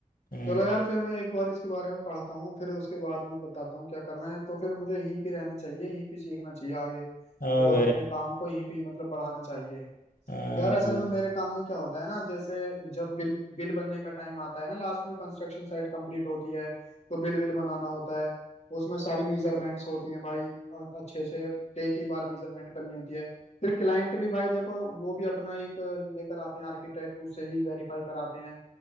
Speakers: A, on the left; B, on the left.
A: हम्म,
B: चलो यार फिर मैं एक बार इसके बारे में पढ़ता हूँ फिर उसके बाद मैं बताता हूँ क्या करना है तो फिर मुझे यहीं पे रहना चाहिए यहीं पे सीखना चाहिए आगे
A: हाँ
B: और
A: भाई
B: अपने काम को यहीं पे मतलब बढ़ाना चाहिए
A: हाँ
B: यार असल
A: भाई
B: में मेरे काम में क्या होता है ना जैसे जब बिल बिल बनने का टाइम आता है ना लास्ट में कंस्ट्रक्शन साइट कंप्लीट होती है तो बिल बिल बनाना होता है उसमें सारी मेजरमेंट्स होती हैं भाई और अच्छे से कई कई बार मेजरमेंट करनी होती है फिर क्लाइंट भी भाई देखो वो भी अपना एक लेकर आते हैं आर्किटेक्ट उससे भी वेरीफाई कराते हैं